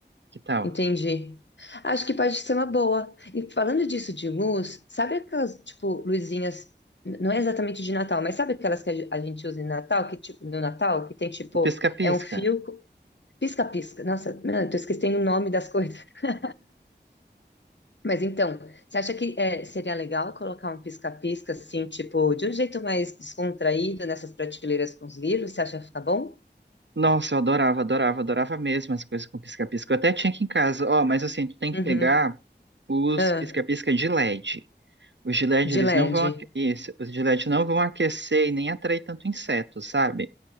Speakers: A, on the right (about 80°); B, on the left (about 80°).
A: Que tal?
B: Entendi. Acho que pode ser uma boa. E falando disso de luz, sabe aquelas, tipo, luzinhas, n- não é exatamente de Natal, mas sabe aquelas que a ge- a gente usa em Natal, que, tipo, no Natal, que tem, tipo,
A: Pisca-pisca.
B: é um fio, co- pisca-pisca. Nossa, não, eu tô esquecendo o nome das coisas. <laughs> Mas então, você acha que é, seria legal colocar um pisca-pisca, assim, tipo, de um jeito mais descontraído nessas prateleiras com os livros? Você acha que fica bom?
A: Nossa, eu adorava, adorava, adorava mesmo as coisas com pisca-pisca. Eu até tinha aqui em casa. Ó, mas assim, tu tem que
B: Uhum.
A: pegar os
B: Ah,
A: pisca-pisca de LED. Os de LED,
B: de
A: eles
B: LED.
A: não vão... aque- Isso, os de LED não vão aquecer e nem atrair tanto inseto, sabe?